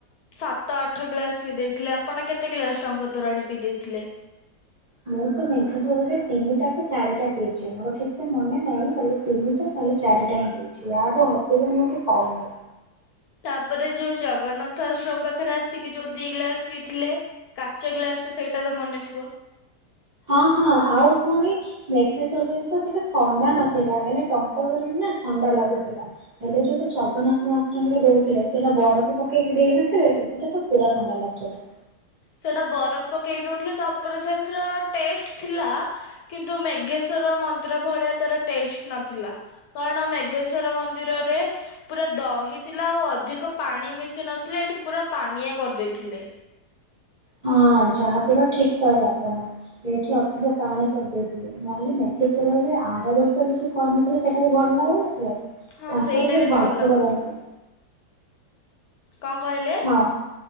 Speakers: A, on the left; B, on the right.
A: ସାତ ଆଠ ଗ୍ଲାସ ପିଇ ଦେଇଥିଲି ଆପଣ କେତେ ଗ୍ଲାସ ଟଙ୍କ ତୋରାଣୀ ପିଇ ଦେଇଥିଲେ।
B: ମୁଁ ତ ମେଘାସ୍ୱରରେ ତିନିଟା କି ଚାରିଟା ପିଇଛି ମୋର ଠିକ ସେ ମନେ ନାହିଁ ହେଲେ ତିନିଟା ନହେଲେ ଚାରିଟା ହିଁ ପିଇଛି ଆଠୁ ଅଧିକ ନୁହଁ କି କମ ନୁହଁ।
A: ତାପରେ ଯୋଉ ଜଗନ୍ନାଥ ଆଶ୍ରମ ପାଖରେ ଆସିକି ଯୋଉ ଦି ଗ୍ଲାସ ପିଇଥିଲେ କାଚ ଗ୍ଲାସ ସେଇଟା ତ ମନେଥିବ।
B: ହଁ ହଁ ଆଉ ପୁଣି ମେଘେଶ୍ଵରରେ ତ ସେଇଟା ଥଣ୍ଡା ନଥିଲା ହେଲେ ଟଙ୍କ ତୋରାଣି ନା ଥଣ୍ଡା ଲାଗୁଥିଲା ହେଲେ ଯୋଉଟା ଜଗନ୍ନାଥ ଆଶ୍ରମରେ ଦଉଥିଲେ ସେଇଟା ବରଫ ପକେଇକି ଦେଇନଥିଲେ କି ସେଟା ତ ପୁରା ଥଣ୍ଡା ଲାଗୁଥିଲା।
A: ସେଟା ବରଫ ପକେଇ ଦୋଉଥିଲେ ତାପରେ ସେଥର ଟେଷ୍ଟ ଥିଲା କିନ୍ତୁ ମେଘେଶ୍ଵର ମନ୍ଦିର ଭଳିଆ ତାର ଟେଷ୍ଟ ନଥିଲା କାରଣ ମେଘେଶ୍ଵର ମନ୍ଦିରରେ ପୁରା ଦହି ଥିଲା ଆଉ ଅଧିକ ପାଣି ମିଶି ନଥିଲେ ଏଠି ପୁରା ପାଣିଆ କରିଦେଇଥିଲେ।
B: ହଁ ଯାହା ପୁରା ଠିକ କହିଲେ ଆପଣ ଏଇଠି ଅଧିକ ପାଣି କରିଦେଇଥିଲେ ନହେଲେ ମେଘେଶ୍ଵରରେ ଆର ବର୍ଷରେ ଯୋଉ କରିନଥିଲେ ସେଇଟା ବି ଭଲ ଲାଗୁନଥିଲା। କି?
A: ହଁ
B: ତାଙ୍କର
A: ସେଇଟା
B: ପୁରା
A: ବି
B: ଭଲସେ
A: ଭଲ ଲାଗୁଥିଲା।
B: କରନ୍ତି
A: କଣ କହିଲେ?
B: ହଁ।